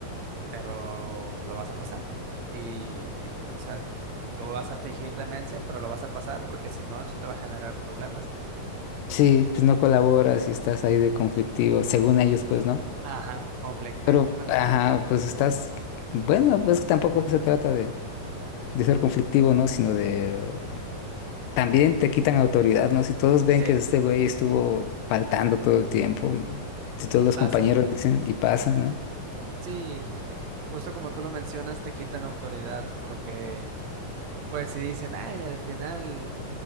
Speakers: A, on the right (about 65°); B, on the left (about 80°).
A: pero lo vas a pasar. Y, o sea, tú vas a fingir demencia, pero lo vas a pasar porque si no, eso te va a generar problemas.
B: sí, pues no colaboras y estás ahí de conflictivo, según ellos, pues, ¿no?
A: Ajá, conflictivo.
B: Pero,
A: Me-
B: ajá, pues estás, bueno, pues tampoco se trata de, de ser conflictivo, ¿no? Sino de, uh, también te quitan autoridad, ¿no? Si todos ven
A: Sí,
B: que este güey estuvo faltando todo el tiempo, y si todos
A: ¿y
B: los
A: pasa?
B: compañeros dicen y pasa, ¿no?
A: Sí, justo como tú lo mencionas, te quitan autoridad porque, pues si dicen, ay, al final...